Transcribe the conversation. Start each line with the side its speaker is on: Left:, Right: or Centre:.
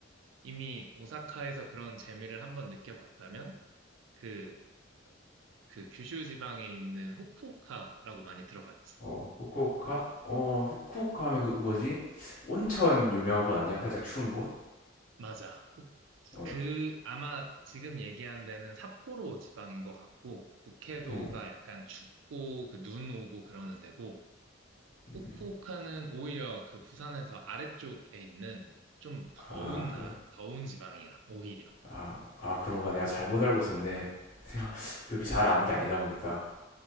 Right: 이미 오사카에서 그런 재미를 한번 느껴봤다면, 그, 그 규슈 지방에 있는 후쿠오카라고 많이 들어봤지.
Left: 어 후쿠오카 어 후쿠오카 하면 그 뭐지 온천 유명한 곳 아니야? 살짝 추운 곳?
Right: 맞아. 북-
Left: 어,
Right: 그, 아마 지금 얘기한 데는 삿포로 지방인 것 같고, 북해도가
Left: 응,
Right: 약간 춥고, 그 눈 오고 그러는 데고,
Left: 음,
Right: 후쿠오카는 오히려 그 부산에서 아래쪽에 있는 좀 더운
Left: 아,
Right: 나,
Left: 그,
Right: 더운 지방이야, 오히려.
Left: 아, 아 그런가 내가 잘못 알고 있었네. <laughs> 내가 그렇게 잘 아는 게 아니다 보니까.